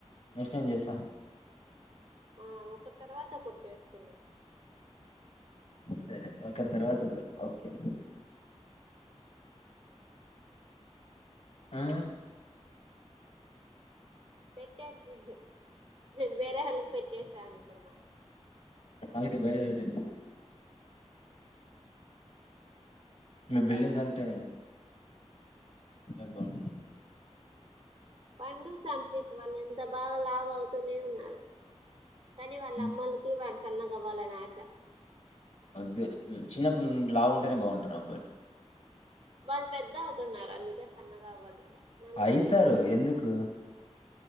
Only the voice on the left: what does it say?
నిశ ఏం చేస్తా
సరే ఒకరు తర్వాత ఒకరు ఓకే ఆ
అందుక బయలు ఏటంట మీ బిల్డింగ్ అంతే. ఏ భాను.
ఉమ్,
అద్దు చిన్నప్పుడు ను లా ఉంటేనే బాగుంటారు అబ్బాయిలు
అయితారు ఎందుకు?